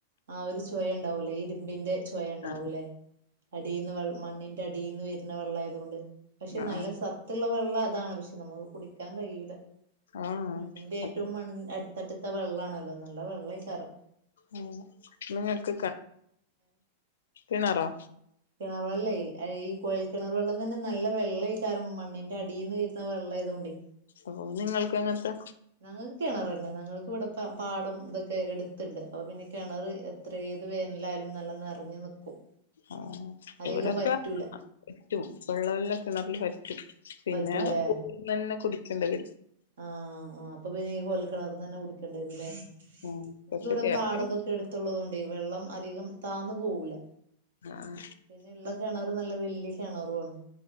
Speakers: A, on the right; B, on the left.
A: ആഹ് ഒരു ചൊയ ഇണ്ടാവൂല്ലേ ഇരുമ്പിന്റെ ചൊയ ഇണ്ടാവൂല്ലേ
B: ആ
A: അടീന്ന് മണ്ണിന്റെ അടീന്ന് വരുന്ന വെള്ളാ ആയതോണ്ട് പക്ഷെ
B: ആ
A: നല്ല സ ത്തുള്ള വെള്ളം അതാണ് പക്ഷെ നമുക്ക് കുടിക്കാൻ കഴിയൂല
B: ആ
A: മണ്ണിന്റെ ഏറ്റവും
B: അത്
A: മണ്ണ് അട് തട്ട്ത്തെ വെള്ളാണല്ലോ നല്ല വെള്ളെയ്ക്കാരം
B: ഉം നിങ്ങക്ക് കിണറോ?
A: കെണർ വെള്ളേ ഈ കൊഴൽ കിണർ വെള്ളം തന്നെ നല്ല വെള്ളെയ്ക്കാരം മണ്ണിന്റെ അടീന്ന് വര്ന്ന വെള്ളായതോണ്ട്
B: അപ്പൊ നിങ്ങൾക്ക് എങ്ങനത്തെ?
A: ഞങ്ങക്ക് കിണർ തന്നെ ഞങ്ങക്ക് ഇവിടെ പാടം ഇതൊക്കെ എടുത്ത്ണ്ട് അപ്പൊ പിന്നെ കെണറ് എത്രെ ഏത് വേനലായാലും നല്ല നെറഞ് നിക്കും
B: ആഹ്
A: അധികം
B: ഇവടെക്കെ
A: വറ്റൂല
B: വറ്റും വെള്ളവെല്ലാം കിണറില് വറ്റും പിന്നെ
A: വറ്റൂലേ
B: <unintelligible> നെന്നെ കുടിക്കെണ്ടത്.
A: ആഹ് ആഹ് അപ്പൊ പിന്നെ ഈ കൊയൽ കെണറ്ന്നെന്നെ കുടിക്കേണ്ട്യെരുല്ലേ <unintelligible>
B: ഉം പക്ഷെ
A: വടെ
B: കേരളത്തിൽ
A: പാടതൊ എട്ത്ത്ള്ളതൊണ്ടെ വെള്ളം അതികം താന്ന് പോവുല്ല
B: ആഹ്
A: പിന്നെള്ള കെണറ് നല്ല വെല്ല്യെ കെണറ്വാണ്.